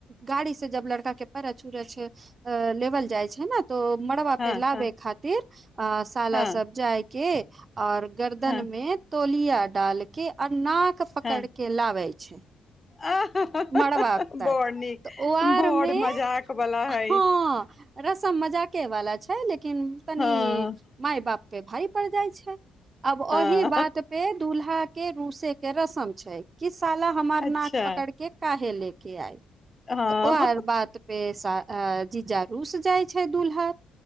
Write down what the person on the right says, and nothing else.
गाड़ी से जब लड़का के परछ उरछ लेवल जाइ छै न तो मड़बा
पेर लाबे
खातिर अ- साल
सब जाइ के आओर गर्दन
तोलिया डालके आ नाक पकड़
के लाबै छै
मड़बाप तक
तऽ ओ आर
मे
हँ
रस्म मजाक वला छै लेकिन तनि
माय बाप के भारि पड़ जाइ छै अब ओहि
बात पे दूल्हा के रूसे के रस्म छै किस- साला हमार
नाक पकड़ के काहे ले के आइ-
त ओ आर बात पे जीज रूस जाइ छै दूल्हा